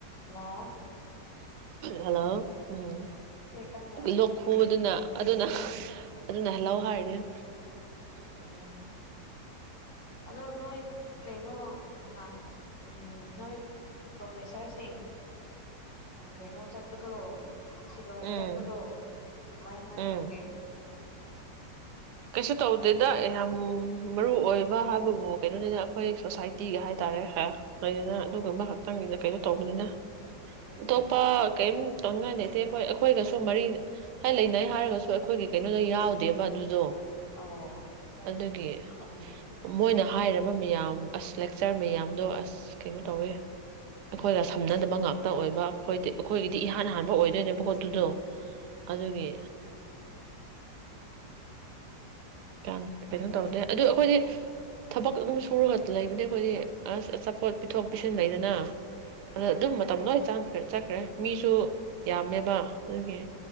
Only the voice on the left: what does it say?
ꯍꯂꯑꯣ
ꯀꯟꯅ
ꯇꯧꯔꯦꯅꯦ
ꯑꯗꯨꯅꯤ ꯑꯗꯣ ꯅꯣꯏ ꯀꯩꯅꯣ ꯅꯍꯥꯟ ꯅꯣꯏ ꯄ꯭ꯔꯣꯐꯦꯁꯥꯔꯁꯤꯡ ꯀꯩꯅꯣ ꯆꯠꯄꯗꯣ ꯁꯤꯂꯣꯡ
ꯆꯠꯄꯗꯣ ꯀꯃꯥꯏ ꯀꯃꯥꯏ
ꯇꯧꯒꯦ
ꯑꯥ
ꯑꯣ
ꯑꯣ
ꯈꯪꯗꯦ
ꯎꯝ
ꯑꯩꯗꯤ
ꯅꯣꯏ
ꯑꯥ